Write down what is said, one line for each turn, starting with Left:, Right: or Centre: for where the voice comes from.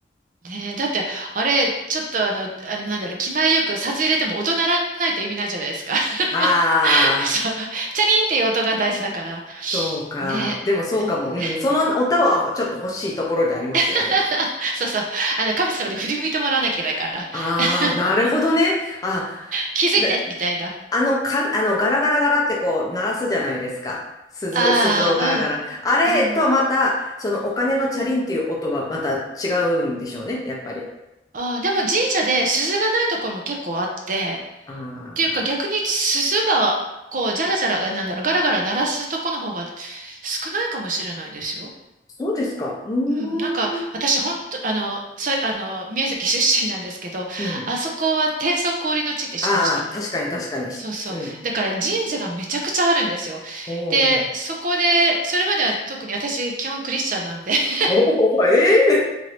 Right: ねえ、だって、あれ、ちょっとあの、あ、なんだろう、気前よく札入れても音鳴らないと意味ないじゃないですか。<laughs>
Left: ああ、
Right: そう、チャリンっていう音が大事だから。
Left: そうか。
Right: ねえ。
Left: でもそうかも。
Right: うん
Left: うん。そのおたはちょっと欲しいところでありますよね。
Right: <laughs> そうそう。あの、神様に振り向いてもらわなきゃいけないから。
Left: ああ、なるほどね。
Right: <laughs>
Left: あ、
Right: 気づいてみたいな。
Left: で、あの、かあの、ガラガラガラってこう、鳴らすじゃないですか。鈴、
Right: ああ、
Left: 鈴をガラガラ。あれとまた、
Right: うん、うん。
Left: そのお金のチャリンっていう音はまた違うんでしょうね、やっぱり。
Right: ああ、でも神社で鈴がないところも結構あって、
Left: ああ、
Right: っていうか逆に鈴が、こう、じゃらじゃら、なんだろう、ガラガラ鳴らすとこの方が少ないかもしれないですよ。
Left: そうですか。うー
Right: うん、なんか私本当あのさあの宮崎出身なんですけどあそこは天孫降臨の地って知ってました
Left: ん。うん。ああ、確かに確かに。しうん。
Right: そうそうだから神社がめちゃくちゃあるんですよでそこでそれまでは特に私基本クリスチャンなんで
Left: おー
Right: <laughs>
Left: おー、ええ